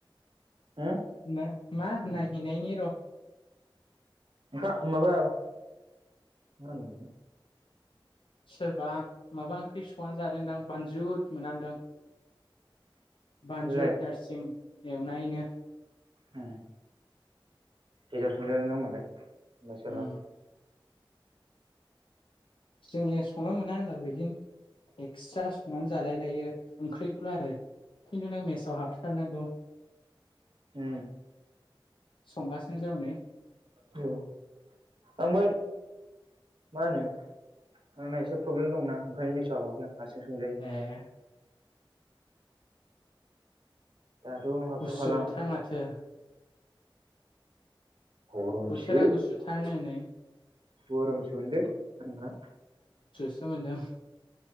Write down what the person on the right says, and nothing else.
उम
ओंखा माबा माहोनोमोन
बेलाय
होम गेजेराव सोंजागोनदां होनबालाय मसबा
ओम
औ आंबो मा होनो आंना एसे प्रब्लेम दंना ओंखायनो मेसाव हाबाखै आं हारसिं संजायो
दाथ' हाबथ'खाला
आं
गरमसो
गरमसो मोन्दों आंना